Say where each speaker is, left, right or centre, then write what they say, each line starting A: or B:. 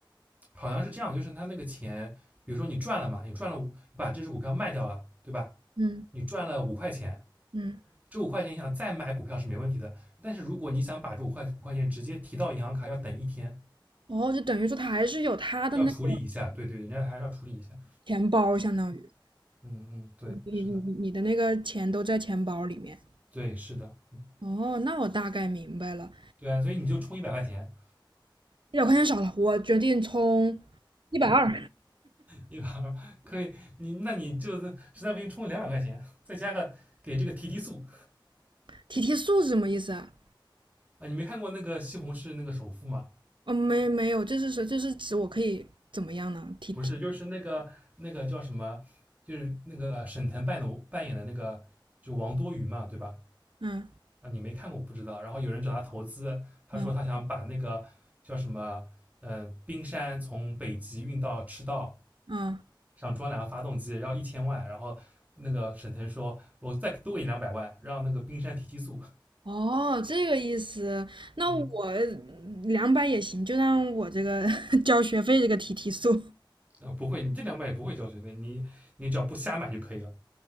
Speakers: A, on the right; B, on the right.
A: 好像是这样，就是他那个钱，比如说你赚了嘛，你赚了五，你把这只股票卖掉了，对吧？
B: 嗯
A: 你赚了五块钱，
B: 嗯，
A: 这五块钱你想再买股票是没问题的，但是如果你想把这五块五块钱直接提到银行卡，要等一天，
B: 哦，就等于说他还是有他的那个
A: 要处理一下。对对，人家还是要处理一下。
B: 钱包，相当于
A: 嗯嗯，对，
B: 你你你的那个钱都在钱包里面。
A: 是的。对，是的，嗯，
B: 哦，那我大概明白了，
A: 对啊，所以你就充一百块钱，
B: 一百块钱少了，我决定充一百二。
A: 一百二可以，你那你就实在不行充两百块钱，再加个给这个提提速
B: 提提速是什么意思啊？
A: 啊！你没看过那个西红柿那个首富吗？
B: 哦，没没有，这是说这是指我可以怎么样呢？提提，
A: 不是，就是那个那个叫什么，就是那个沈腾扮的扮演的那个就王多鱼嘛，对吧？
B: 嗯
A: 啊，你没看过不知道。然后有人找他投资，他说他想把那个叫什么，
B: 嗯
A: 呃，冰山从北极运到赤道，
B: 嗯，
A: 想装两个发动机，要一千万，然后那个沈腾说，我再多给你两百万，让那个冰山提提速。
B: 哦，这个意思，那我
A: 嗯，
B: 两百也行，就让我这个 <laughs> 交学费这个提提速，
A: 啊、不会，你这两百也不会交学费，你你只要不瞎买就可以了。